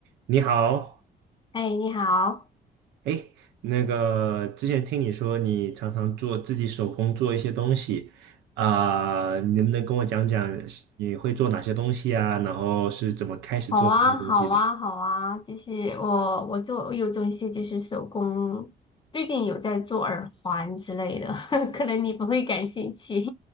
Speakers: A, on the right; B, on the left.
A: 你好，
B: 哎，你好，
A: 哎，那个之前听你说你常常做自己手工做一些东西，啊、你能不能跟我讲讲是你会做哪些东西啊？然后是怎么开始做这些东西的？
B: 好啊，好啊，好啊，就是我，我做，我有做一些就是手工，最近有在做耳环之类的，<laughs> 可能你不会感兴趣。